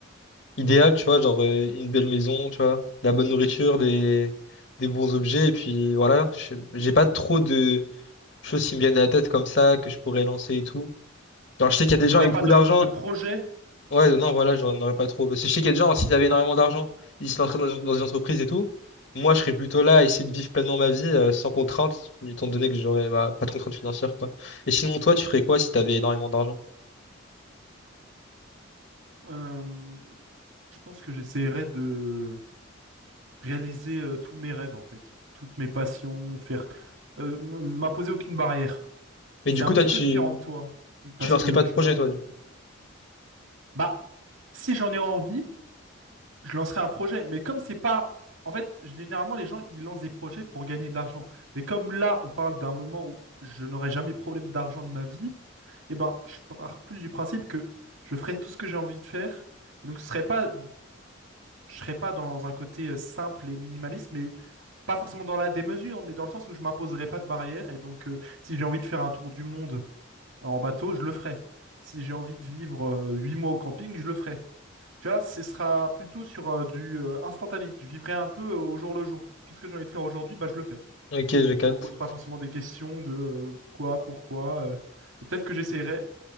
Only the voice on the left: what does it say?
idéal, tu vois, genre euh, une belle maison, tu vois, de la bonne nourriture, des des bons objets. Et puis voilà, je- j'ai pas trop de choses qui me viennent à la tête comme ça, que je pourrais lancer et tout. Genre, je sais qu'il y a des
gens avec
beaucoup
d'argent.
Ouais, non, voilà, j'en aurais pas trop. Parce que je sais qu'il y a des gens, s'ils avaient énormément d'argent, ils se lanceraient dans, dans des entreprises et tout. Moi, je serais plutôt là à essayer de vivre pleinement ma vie, euh, sans contrainte, étant donné que j'aurais bah, pas de contraintes financières, quoi. Et sinon, toi, tu ferais quoi si t'avais énormément d'argent?
Mais
du coup,
toi, tu,
tu lancerais
pas de
projet,
toi, du coup.
Ok, je capte.